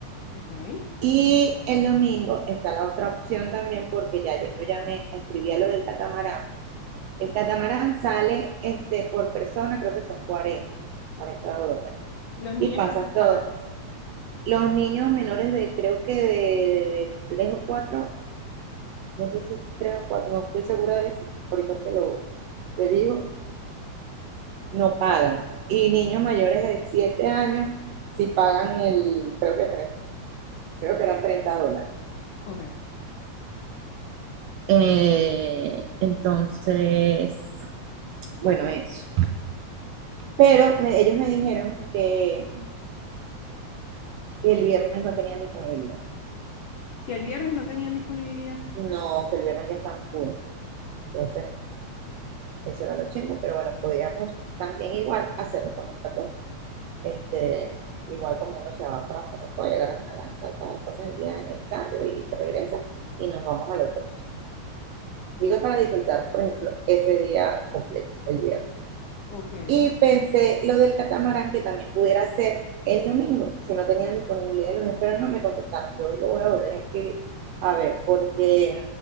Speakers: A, on the left (about 75°); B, on the right (about 80°).
A: ok.
B: Y el domingo está la otra opción también porque ya yo ya me escribí a lo del catamarán. El catamarán sale este, por persona, creo que son 40 40 dólares.
A: Los niños
B: Y pasa
A: también pagan.
B: todo. Los niños menores de, creo que de, de 3 o cuatro no sé si es 3 o cuatro no estoy segura de eso, ahorita te lo te digo, no pagan. Y niños mayores de 7 años, si pagan el, creo que tres creo que eran 30 dólares.
A: Ok.
B: Eh, entonces, bueno, eso. Pero me- ellos me dijeron que, que el viernes no tenían disponibilidad.
A: Que el viernes no tenían disponibilidad.
B: No, que el viernes ya están full. Entonces, eso era lo chingo, pero bueno, podríamos también igual hacerlo con nuestra cuenta. Este, igual como uno se va para Morrocoy, agarras una lancha, tal, pasas el día en el callo y te regresas y nos vamos al hotel. Digo, para disfrutar, por ejemplo, ese día completo, el viernes.
A: Ok,
B: Y
A: ok.
B: pensé lo del catamarán que también pudiera ser el domingo, si no tenían disponibilidad el lunes, pero no me contestaron. Yo hoy le voy a volver a escribir, a ver, porque